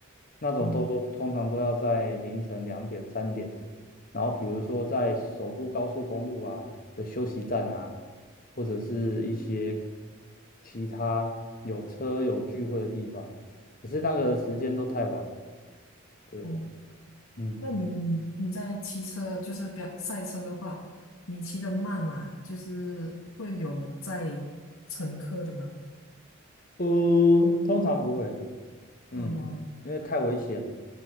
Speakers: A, on the left; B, on the left.
A: 那种都通常都要在凌晨两点、
B: 哦
A: 三点的然后比如说在首都高速公路啊的休息站啊，或者是一些其他有车有聚会的地方，可是那个时间都太晚了对啊，
B: 哦，
A: 嗯，
B: 那你你在骑车就是飙赛车的话，你骑得慢嘛，就是会有载乘客的吗？
A: 呃，通常不会，嗯，
B: 哦，
A: 因为太危险